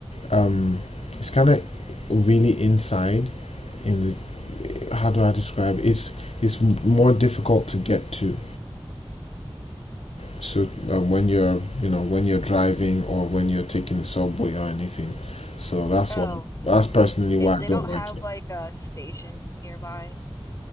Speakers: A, on the left (about 70°); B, on the left (about 30°).
A: Um. It's kind of really inside. In the. How do I describe? it? It's. It's more difficult to get to. So uh, when you're, you know, when you're driving or when you're taking the subway or anything, so that's
B: Oh,
A: why. That's personally
B: it,
A: why I
B: they
A: don't
B: don't
A: like
B: have
A: it.
B: like a station nearby.